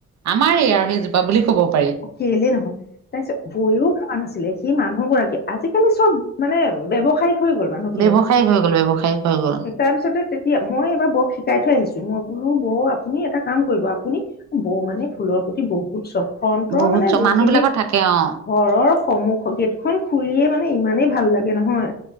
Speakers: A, on the right; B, on the left.
A: আমাৰেই আৰু সেইজোপা বুলি ক'ব পা
B: কেলেই নহয়। তাৰ পিছত বৌৱেও ভাবা নাছিলে, সি মানুহ গৰাকীয়ে আজি সেইবোৰ চব মানে ব্যৱসায়িক হৈ গল মানুহ খিনি।
A: ব্যৱসায়িক হৈ গ'ল ব্যৱসায়িক হৈ গ'ল
B: তাৰ পিছতে তেতিয়া মই এইবাৰ বৌক শিকাই থৈ আহিছোঁ। মই বোলো বৌ আপুনি এটা কাম কৰিব। আপুনি বৌ মানে ফুলৰ প্ৰতি বহুত চখ ফ্ৰনটৰ
A: বহুত
B: মানে
A: চ
B: যিখিনি
A: মানুহ বিলাকৰ থাকে অ
B: ঘৰৰ সম্মুখৰ গেটখন খুলিয়ে মানে এই ইমানেই ভাল লাগে নহয়।